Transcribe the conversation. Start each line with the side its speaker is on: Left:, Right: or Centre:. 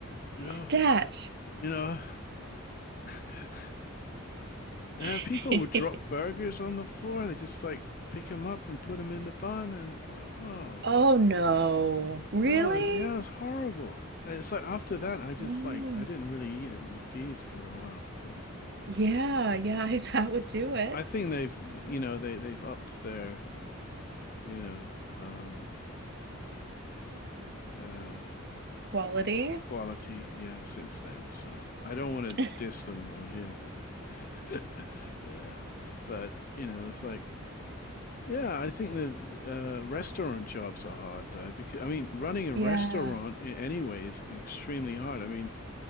Left: You
Right: Stat.
Left: know, you know. <laughs> And
Right: <laughs>
Left: people would drop burgers on the floor they just like pick them up and put them in the bun and uh, oh.
Right: Oh no. Really?
Left: No, yeah, it was horrible. It's like after that, I just
Right: Oh,
Left: like I didn't really eat at McD's for a while, but
Right: yeah, yeah, <laughs> that would do it.
Left: I think they've you know they they've upped their you know um uh
Right: Quality.
Left: quality yeah since then. So I don't want to
Right: <laughs>
Left: diss them on here, but <laughs> yeah, but you know it's like yeah, I think the uh restaurant jobs are hard though because I mean running a
Right: Yeah.
Left: restaurant in any way is extremely hard. I mean